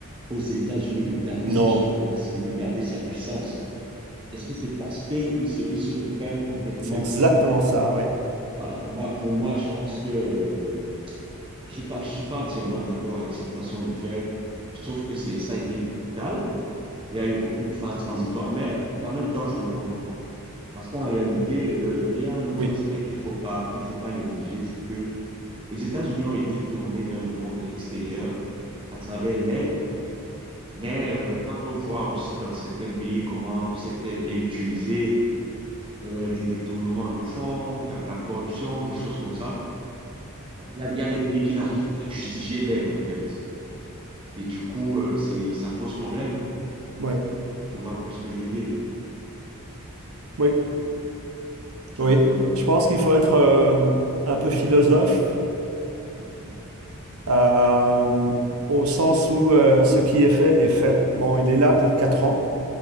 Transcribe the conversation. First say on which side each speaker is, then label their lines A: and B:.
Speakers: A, on the right; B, on the right.
A: aux États-Unis de garder sa
B: Non,
A: suprématie, de garder sa puissance? Est-ce que c'est parce qu'ils se, ils se referment complètement
B: c'est exactement
A: que,
B: ça. Ouais.
A: voilà, moi, pour moi, je pense que euh, je ne suis pas, je suis pas entièrement d'accord avec cette façon de faire. Je trouve que c'est, ça a été brutal. Il n'y a eu aucune phase transitoire, mais en même temps, je le comprends. Parce qu'en réalité, euh, il y a un autre
B: Oui,
A: aspect qu'il ne faut pas, qu'il faut pas négliger, c'est que les États-Unis ont été tournés vers le monde extérieur à travers l'aide Mais euh, quand on voit aussi dans certains pays comment cette aide est utilisée, euh, des détournements de fonds, de, de la corruption, des choses comme ça, bon, il y a, il y a des pays qui n'arrivent pas à justifier l'aide en fait. Et du coup, euh, c'est, ça pose problème.
B: oui,
A: Tu vois un peu ce que je veux dire.
B: oui,
A: Donc,
B: oui.
A: euh,
B: Je pense qu'il faut être euh, un peu philosophe
A: mhm,
B: euh, au sens où euh, ce qui est fait est fait. Bon, il est là pour 4 ans.